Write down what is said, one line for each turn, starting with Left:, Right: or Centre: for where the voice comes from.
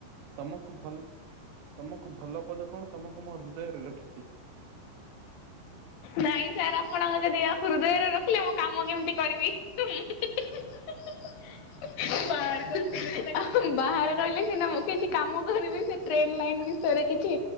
Right: ତମକୁ ଭଲ୍ ତମକୁ ଭଲ ପଦ କଣ ତମକୁ ମୋ ହୃଦୟରେ ରଖିଛି।
Left: ନାଇଁ ସାର୍ ଆପଣ ଆ ଯଦି ହୃଦୟରେ ରଖିଲେ ମୋ କାମ କେମିତି କରିବି <unintelligible> ହୁଁ ବାହାରେ ରହିଲେ ସିନା ମୁଁ କିଛି କାମ କରିବି ସେ ଟ୍ରେନ୍ ଲାଇନ୍ ବିଷୟରେ କିଛି